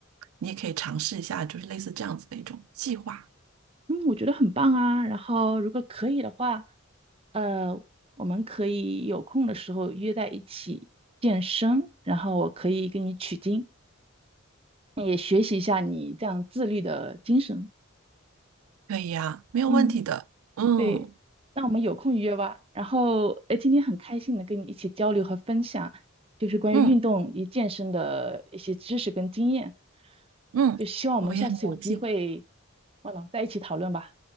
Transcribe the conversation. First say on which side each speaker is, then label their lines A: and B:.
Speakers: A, on the right; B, on the right.
A: 你也可以尝试一下，就是类似这样子的一种计划，
B: 嗯，我觉得很棒啊。然后如果可以的话，呃，我们可以有空的时候约在一起健身，然后我可以给你取经，也学习一下你这样自律的精神。
A: 可以呀，没有问题的。
B: 嗯。
A: 嗯
B: 对，那我们有空约吧。然后，哎，今天很开心能跟你一起交流和分享，就是关于运动与健身的一些知识跟经验。
A: 嗯嗯，
B: 就希望我们下次有机会，
A: 我也很荣幸。
B: 忘了在一起讨论吧。